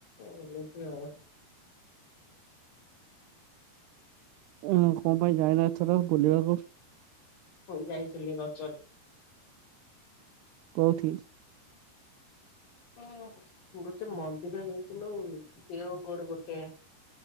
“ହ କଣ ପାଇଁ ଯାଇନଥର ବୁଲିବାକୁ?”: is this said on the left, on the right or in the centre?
Right